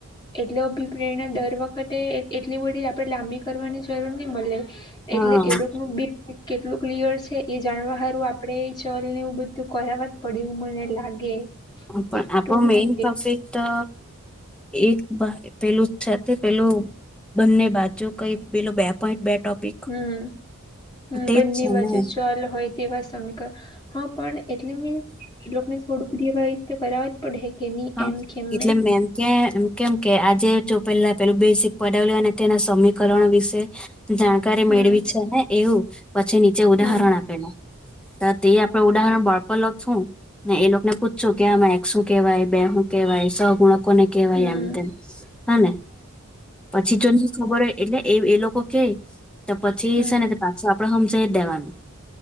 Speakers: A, on the left (about 20°); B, in the centre.
A: એટલે અભિપ્રેરણા દર વખત એટલી બધી આપડે લાંબી કરવાની જરૂર ની મળે
B: હા
A: એટલે એ લોકો કેટલું ક્લિયર છે એ જાણવા હારું આપ આપડે ચલ ને એવું બધું કરવા જ પડે એ મને લાગે
B: પણ આપો
A: તું હું
B: મેઇન
A: કે
B: પ્રોફિક તો એક પેલું છે પેલું બંને બાજુ કઈ પેલો બે પોઈન્ટ બે ટોપિક
A: હમ હ
B: તેજ
A: બંને
B: છે
A: બાજુ
B: ને
A: ચલ હોય તેવા સમીકરણ હા પણ એટલે મીન્સ લોકોને થોડુંક દેવાળી રીતે કરાવ જ પડે કે નહી
B: હા
A: એમ કેમને
B: એટલે મેમ કે કેમ કે આજે જો પેલા પેલું બેસિક પડાવે લુ અને તેના સમીકરણ વિશે જાણકારી
A: હમ
B: મેળવી છે ને એવું પછી નીચે ઉદાહરણ
A: હમ
B: આપેલા તો તે આપડે ઉદાહરણ બોર્ડ પલગ છું ને એ લોકોને પૂછ છું, કે આમાં એક શું કેવાય બે શું કેવાય સગુણક લોકોને કેવાય
A: હમ
B: એમ તેમ હા પછી જો. ખબર હોય એટલે એ લોકો કે તો પછી
A: હમ
B: એ છે, ને પાછો આપણે હમશે જ દેવાનું